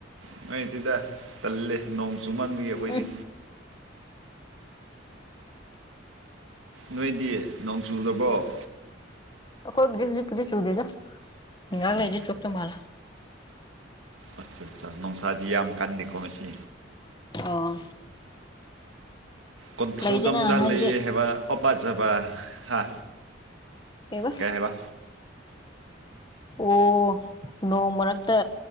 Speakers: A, on the right; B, on the left.
A: ꯅꯨꯡꯉꯥꯢꯇꯦꯗ ꯇꯜꯂꯦ ꯅꯣꯡ ꯆꯨꯃꯟꯕꯒꯤ ꯑꯈꯣꯏꯗꯤ
B: ꯎꯝ
A: ꯅꯣꯏꯗꯤ ꯅꯣꯡ ꯆꯨꯗꯕꯔꫭ
B: ꯑꯈꯣꯏꯕꯨꯗꯤ ꯍꯧꯖꯤꯛ ꯄꯨꯗꯤ ꯆꯨꯗꯦꯗ ꯉꯍꯥꯛ
A: ꯑꯣ
B: ꯂꯩꯔꯗꯤ ꯆꯨꯔꯛꯇꯧ ꯃꯥꯜꯂꯦ
A: ꯑꯠꯆꯥ ꯑꯠꯆꯥ ꯅꯨꯡꯁꯥꯗꯤ ꯌꯥꯝ ꯀꯟꯗꯦꯀꯣ ꯉꯁꯤ
B: ꯑꯣ
A: ꯀꯣꯟꯊꯧꯖꯝꯗ
B: ꯂꯩꯗꯅ ꯍꯥꯏꯕꯗꯤ
A: ꯂꯩꯌꯦ ꯍꯥꯏꯕ ꯑꯣ ꯄ ꯖꯕ <unintelligible> ꯍꯥ
B: ꯀꯩꯕ
A: ꯀꯩ ꯍꯥꯏꯕ
B: ꯑꯣ ꯅꯣꯡ ꯃꯔꯛꯇ